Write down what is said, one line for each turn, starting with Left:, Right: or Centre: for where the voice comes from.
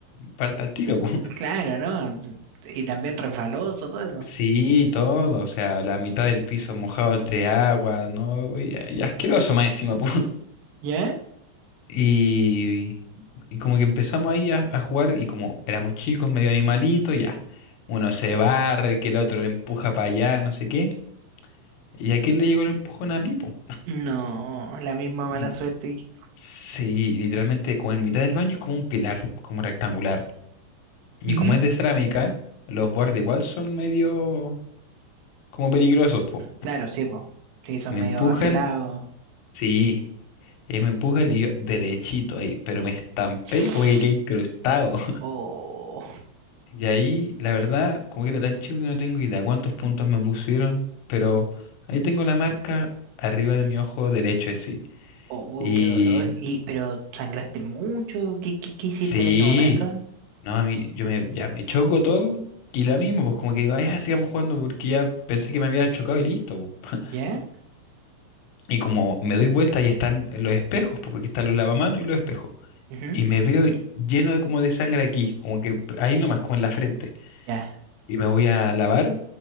Left: parta al tiro, <laughs> po.
Right: claro, ¿no? Y también refaloso, todo eso.
Left: Sí, todo, o sea, la mitad del piso mojado entre agua, ¿no? Y, y asqueroso más encima, po.
Right: ¿Ya?
Left: Y, y como que empezamos ahí a, a jugar y como éramos chicos, medio animalitos, ya. Uno se barre, que el otro le empuja para allá, no sé qué. Y a aquel le llegó el empujón a mí, po.
Right: No, la misma
Left: Y
Right: mala suerte. que-
Left: sí, y literalmente como en mitad del baño es como un pilar, como rectangular. Y
Right: Ujú.
Left: como es de cerámica, los bordes igual son medio como peligrosos, po.
Right: Claro, sí, po. Sí, son
Left: Me
Right: medio
Left: empujan,
Right: afilados.
Left: sí, y me empujan y yo derechito ahí, pero me estampé
Right: <gasps>
Left: como que quedé incrustado.
Right: Oh,
Left: Y ahí, la verdad, como que era tan chico que no tengo idea cuántos puntos me pusieron, pero ahí tengo la marca arriba de mi ojo derecho, así.
Right: oh,
Left: Y
Right: qué dolor. Y, pero sangraste mucho. ¿Qué, qué, qué hiciste
Left: sí,
Right: en ese momento?
Left: no, a mí, yo me, ya me choco todo y la misma, pues como que digo, "Ay, ya sigamos jugando porque ya pensé que me había chocado y listo, po". <laughs>
Right: ¿Ya?
Left: Y como me doy vuelta y están los espejos, pues, porque están los lavamanos y los espejos.
Right: Ujú.
Left: Y me veo lleno de como de sangre aquí, como que ahí nomás, como en la frente.
Right: Ya,
Left: Y me voy a lavar